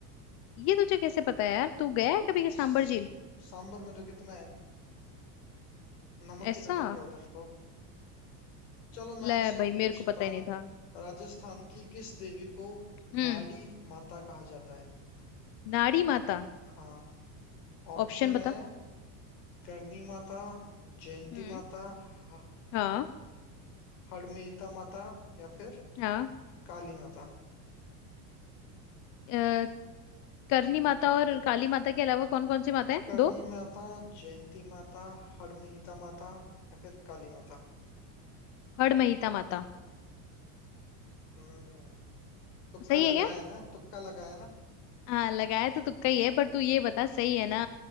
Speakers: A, on the left; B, on the left.
A: ये तुझे कैसे पता है यार तू गया है कभी के
B: स-
A: सांबर झील
B: सांभर में तो कितना है नमक
A: ऐसा
B: ही नमक है उधर तो चलो मैं
A: ले
B: आपसे
A: भाई
B: पूछता
A: मेरे को पता
B: हूँ
A: ही नहीं था
B: राजस्थान की किस देवी को
A: हम्म
B: नाड़ी माता कहा जाता है
A: नाड़ी माता
B: हाँ ऑप्शन
A: ऑप्शन बता
B: है करणी माता जयंती
A: हम्म
B: माता ह-
A: हाँ
B: हड़मिहिता माता या फिर
A: हाँ
B: काली माता
A: अ, करणी माता और काली माता के अलावा कौन कौन सी माता है
B: करणी
A: दो
B: माता जयंती माता हड़मिहिता माता या फिर काली माता
A: हड़महीता माता
B: हम्म तुक्का
A: सही
B: लगाया
A: है क्या
B: है ना तुक्का लगाया ना
A: हाँ लगाया तो तुक्का ही है पर तू ये बता सही है ना